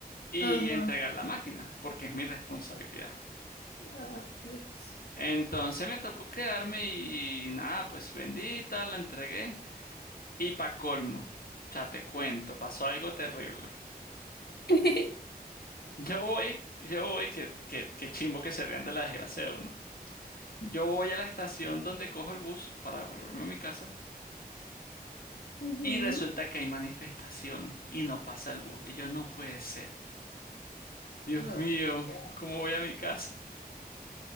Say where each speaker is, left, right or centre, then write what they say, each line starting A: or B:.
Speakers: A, on the left (about 65°); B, on the left (about 80°).
A: Y
B: Ajá.
A: entregar la máquina, porque es mi responsabilidad.
B: Ah, Dios.
A: Entonces me tocó quedarme y, nada, pues bendita, la entregué. Y pa' colmo, o sea, te cuento, pasó algo terrible. <laughs>
B: <laughs>
A: Yo voy, yo voy, que, que, que chimbo que se rían de la desgracia de uno. Yo voy a la estación donde cojo el bus para volverme a mi casa.
B: Ujú.
A: Y resulta que hay manifestaciones y no pasa el bus. Y yo no puede ser. Dios
B: No,
A: mío,
B: ya.
A: ¿cómo voy a mi casa?